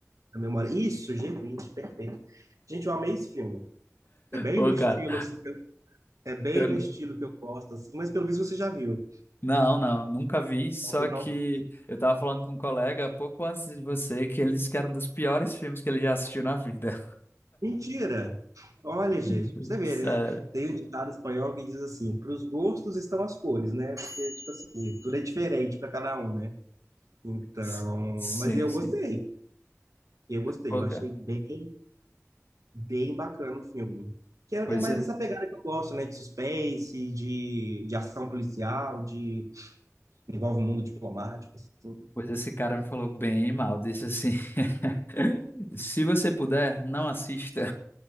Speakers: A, on the right; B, on the left.
A: na memória. Isso, G20, perfeito. Gente, eu amei esse filme. É bem
B: Pô,
A: no
B: cara,
A: estilo, assim, que eu- é bem
B: eu
A: no
B: n-
A: estilo que eu gosto, assim, mas pelo visto você já viu.
B: não, não, nunca vi, só
A: Não viu,
B: que
A: não?
B: eu tava falando com um colega pouco antes de você que ele disse que era um dos piores filmes que ele já assistiu na vida.
A: Mentira! Olha, gente,
B: <laughs>
A: pra você vê,
B: Sério.
A: né? Tem um ditado espanhol que diz assim: para os gostos estão as cores, né? Porque tudo é diferente para cada um, né? Então,
B: S- Sim,
A: mas eu
B: sim.
A: gostei, eu gostei,
B: Pô,
A: eu
B: cara,
A: achei bem. Bem bacana o filme. Que é,
B: pois,
A: é mais
B: é-
A: nessa pegada que eu gosto, né? De suspense, de, de ação policial, de envolve o mundo diplomático, assim.
B: pois esse cara me falou bem mal, disse assim, <laughs> se você puder, não assista.